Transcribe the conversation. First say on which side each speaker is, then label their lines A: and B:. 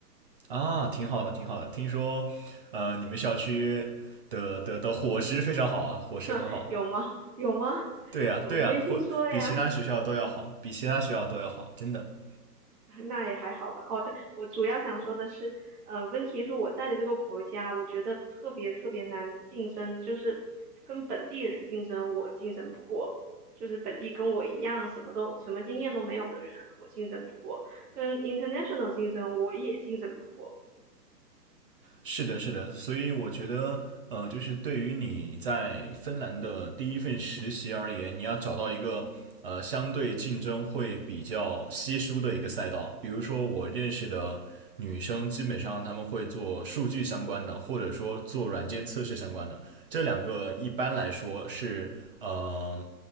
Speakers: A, on the right; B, on the right.
A: 啊，挺好的，挺好的。听说，呃，你们校区的的的伙食非常好啊，伙食很好。
B: <laughs> 呵有吗？有吗？
A: 对呀，
B: 我我没听说呀。
A: 对呀，或比其他学校都要好，比其他学校都要好，真的。
B: 那也还好吧。哦，对，我主要想说的是，呃，问题是我在的这个国家，我觉得特别特别难竞争，就是跟本地人竞争，我竞争不过。就是本地跟我一样什么都什么经验都没有的人，我竞争不过；跟 international 竞争，我也竞争不过。
A: 是的，是的，所以我觉得，呃，就是对于你在芬兰的第一份实习而言，你要找到一个呃相对竞争会比较稀疏的一个赛道。比如说，我认识的女生，基本上她们会做数据相关的，或者说做软件测试相关的。这两个一般来说是呃